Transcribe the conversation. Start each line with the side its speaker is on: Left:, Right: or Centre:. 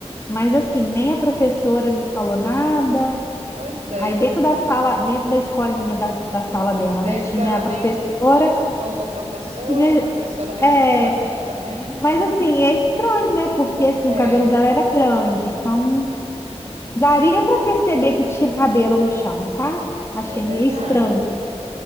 Left: Mas assim, nem a professora me falou nada.
Right: Pois é.
Left: Aí dentro da sala, dentro da escolinha da, da sala dela,
Right: Às vezes
Left: né? Tinha
Right: ela
Left: a
Right: nem
Left: professora,
Right: contou para a professora,
Left: tinha.
Right: a professora nem
Left: É,
Right: ficou sabendo também.
Left: mas assim, é estranho, né? Porque assim,
Right: É,
Left: o cabelo dela era grande, então daria para perceber que tinha cabelo no chão, sabe? Achei
Right: é verdade.
Left: meio estranho.